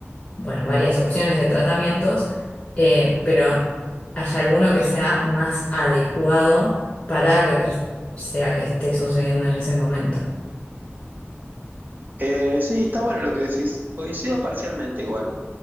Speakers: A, on the left; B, on the right.
A: bueno, varias opciones de tratamientos, eh, pero haya alguno que sea más adecuado para lo que sea que esté sucediendo en ese momento.
B: Eh, sí, está bueno lo que decís. Coincido parcialmente igual,